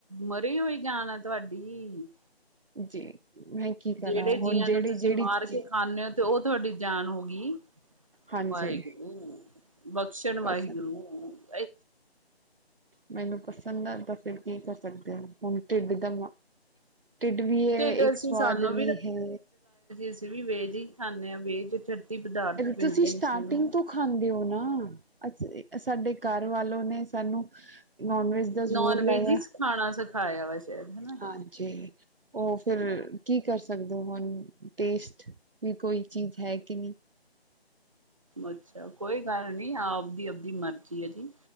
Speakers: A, on the right; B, on the right.
A: ਮਰੀ ਹੋਈ ਜਾਨ ਆ ਤੁਹਾਡੀ
B: ਜੀ। ਮੈਂ ਕੀ ਕਰਾਂ
A: ਜਿਹੜੇ ਜੀਆਂ
B: ਹੁਣ ਜਿਹੜੀ
A: ਨੂੰ ਤੁਸੀਂ
B: ਜਿਹੜੀ
A: ਮਾਰ
B: ਚੀ
A: ਕੇ ਖਾਂਦੇ ਹੋ ਤੇ ਉਹ ਤੁਹਾਡੀ ਜਾਨ ਹੋ। ਗੀ।
B: ਹਾਂਜੀ
A: ਵਾਹਿਗੁਰੂ। ਬਖਸ਼ਣ ਵਾਹਿਗੁਰੂ।
B: ਪਸੰਦ
A: <inaudible>
B: ਮੈਨੂੰ ਪਸੰਦ ਆ ਤਾਂ ਫਿਰ ਕੀ ਕਰ ਸਕਦੇ ਹੋ ਹੁਣ ਢਿੱਡ ਦਾ ਮਾ ਢਿੱਡ ਵੀ ਹੈ
A: ਢਿੱਡ
B: ਇੱਕ
A: ਅਸੀਂ
B: ਸਵਾਦ
A: ਸਾਨੂੰ
B: ਵੀ ਹੈ।
A: ਅਸੀਂ ਵੀ ਵੇ ਜੀ। ਖਾਂਦੇ ਹਾਂ ਵੇਜ ਛੱਤੀ ਪਦਾਰਥ ਮਿਲਦੇ
B: ਤੁਸੀਂ ਸਟਾਰਟਿੰਗ
A: ਨੇ ਸਾਨੂੰ
B: ਤੋਂ ਖਾਂਦੇ ਹੋ ਨਾ ਅ ਸਾਡੇ ਘਰ ਵੱਲ ਉਹਨੇ ਸਾਨੂੰ ਨੋਨ ਵੈਜ ਦਾ
A: ਨੋਨ
B: ਜ਼ੋਰ ਲਾਇਆ
A: ਵੈਜ ਹੀ ਸਿਖਾਣਾ ਸਿਖਾਇਆ ਵਾ ਸ਼ਾਇਦ। ਹਨਾ
B: ਹਾਂਜੀ। ਉਹ ਫਿਰ ਕੀ ਕਰ ਸ ਸਕਦੇ ਹੁਣ ਟੇਸਟ ਵੀ ਕੋਈ ਚੀਜ਼ ਹੈ ਕਿ ਨਹੀਂ।
A: ਅੱਛਾ ਕੋਈ ਗੱਲ ਨੀ ਆਪਦੀ -ਆਪਦੀ ਮਰਜ਼ੀ ਹੈ ਜੀ